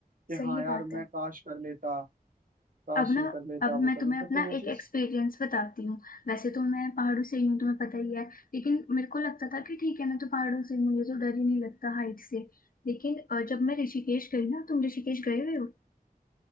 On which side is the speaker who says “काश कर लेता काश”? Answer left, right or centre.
Right